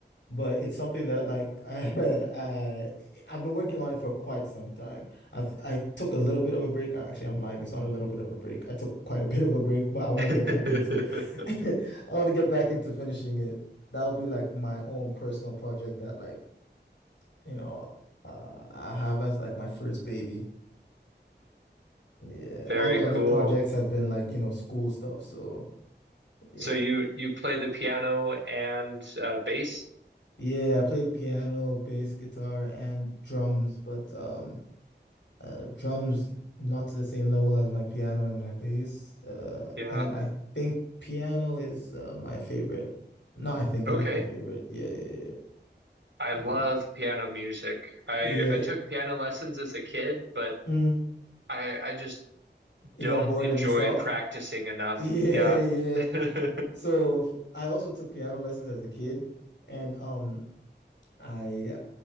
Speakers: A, on the left; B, on the right.
A: but it's something that like <laughs> I, uh, I've been working on it for quite some time. I've I took a little bit of a break. Actually, I'm lying. It's not a little bit of a break. I took quite a bit of a break, but I want
B: <laughs>
A: to get back into <laughs>
B: hmm
A: I want to get back into finishing it. That'll be like my own personal project that like you know uh, I have as like my first baby. Yeah,
B: Very
A: all the other
B: cool.
A: projects have been like, you know, school stuff. So, yeah.
B: So you you play the piano and uh, bass?
A: Yeah, I played piano, bass, guitar, and drums, but um, uh, drums not to the same level as my piano and my bass. Uh,
B: Yeah.
A: and I think piano is uh, my favorite. No, I think
B: Okay.
A: it is my favorite. Yeah, yeah,
B: I love
A: yeah,
B: piano music. I
A: yeah.
B: I
A: yeah.
B: took piano lessons as a kid, but
A: Mm,
B: I I just
A: you
B: don't
A: got bored
B: enjoy
A: and you stopped?
B: practicing
A: <laughs>
B: enough.
A: Yeah,
B: Yeah.
A: yeah.
B: <laughs>
A: So f- I also took piano lessons as a kid, and um. I